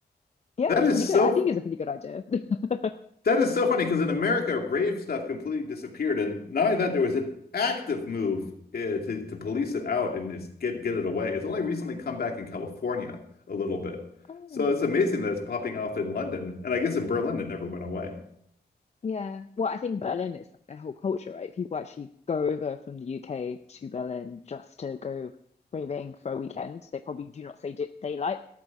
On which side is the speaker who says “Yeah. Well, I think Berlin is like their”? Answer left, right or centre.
Left